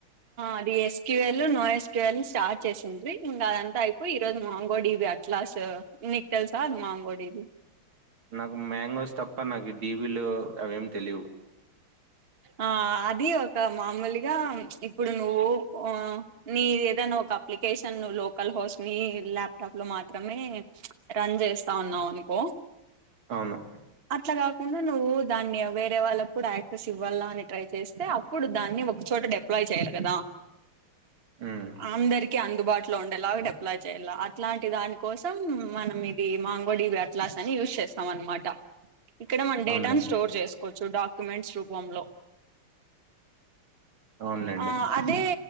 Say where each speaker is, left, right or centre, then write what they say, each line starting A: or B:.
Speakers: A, on the right; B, on the right.
A: అది ఎస్క్యూవల్ నాన్ ఎస్క్యూఎల్ స్టార్ట్ చేసిండంది ఇంకా అదంతా అయిపోయి ఈ రరోజు మాంగో అట్లా స నికల్ సాదు మాంగడిది
B: నాకు మ్యాంగోస్ తప్ప నాకు డడిబిలు అవేం తెలివు
A: ఆ అది ఒక మామూలుగా ఇప్పుడు నువ్వు నీ ఏదనా ఒక అప్లికేషన్ లోకల్ హౌస్ ని ల్యాప్టాప్ లో మాత్రమే రన్ చేస్తా ఉన్నావు కో
B: అవును
A: అట్లా కాకుండా నువ్వు దాన్ని వేరే వాళ్ళప్పుడు యాక్ స్ ఇవ్వాల అని ట్రై చేస్తే అప్పుడు దాన్ని ఒకచోట డప్లాయ్ చేయాలి కదా
B: ఉమ్,
A: ఆందరికి అందుబాటులో ఉండేలాగా డెప్ చేయలా అట్లాంటి దాని కోసం మనం ఇది మాంగోడివి అట్లా అని యూజ్ చేస్తాం అన్నమాట ఇక్కడ మన
B: అవునులే
A: డేటాను స్టోర్ చేసుకోవచ్చు డాక్యుమెంట్స్ రూపంలో
B: అవునులేండి
A: ఆ అదే